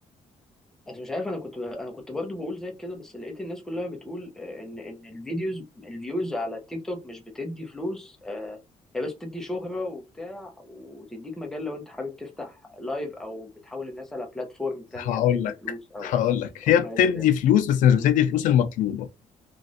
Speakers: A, in the centre; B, on the left (about 85°).
A: بس مش عارف انا كنت ب... انا كنت برضو بقول زي كده بس لقيت الناس كلها بتقول آه، ان ان الفيديوز الفيوز على التيك توك مش بتدي فلوس آه، هي بس بتدي شهرة وبتاع وتديك مجال لو انت حابب تفتح لايف او بتحول الناس على بلاتفورم تانية
B: هقول
A: بتدي
B: لك
A: فلوس او
B: هقول لك هي
A: او ما
B: بتدي
A: الى ذلك
B: فلوس
A: يعني
B: بس مش
A: مم،
B: بتدي الفلوس المطلوبه